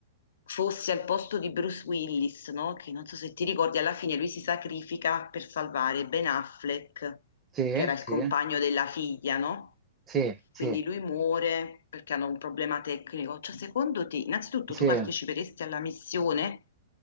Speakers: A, on the left; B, on the right.
A: fosse al posto di Bruce Willis, no? Che non so se ti ricordi, alla fine lui si sacrifica per salvare Ben Affleck,
B: Sì,
A: che era il
B: sì,
A: compagno della figlia, no?
B: sì, sì,
A: Quindi lui muore perché hanno un problema tecnico. Cioè, secondo te, innanzitutto
B: sì.
A: tu parteciperesti alla missione